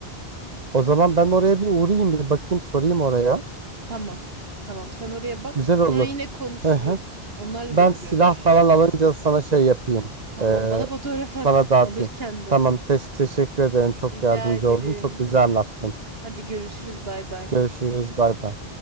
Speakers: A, on the right; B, on the right.
A: O zaman ben oraya bir uğrayayım bir bakayım sorayım oraya.
B: Tamam. Tamam sen oraya bak.
A: Güzel
B: Sonra
A: olur.
B: yine konuşuruz.
A: Hı hı.
B: Onlarla
A: Ben
B: da bir
A: silah
B: görüş.
A: falan alınca sana şey yapayım.
B: Tamam
A: Ee,
B: bana fotoğraf
A: sana
B: at
A: dağıtayım.
B: alırken de.
A: Tamam. Teş teşekkür ederim. Çok
B: Rica
A: yardımcı
B: ederim.
A: oldun. Çok güzel anlattın.
B: Hadi görüşürüz bay bay.
A: Görüşürüz. Bay bay.